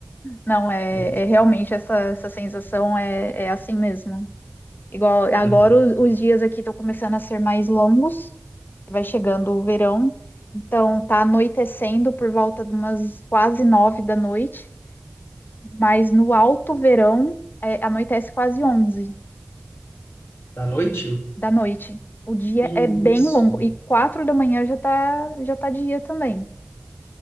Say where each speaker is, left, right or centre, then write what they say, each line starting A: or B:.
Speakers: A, on the left (about 50°); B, on the left (about 80°).
A: Não, é,
B: Mas,
A: é realmente essa, essa sensação é, é assim mesmo. Igual agora
B: uhum.
A: os, os dias aqui estão começando a ser mais longos, vai chegando o verão, então tá anoitecendo por volta de umas quase nove da noite, mas no alto verão é, anoitece quase onze
B: À noite?
A: da noite. O dia
B: Que
A: é bem
B: isso,
A: longo e quatro da manhã já tá já tá dia também.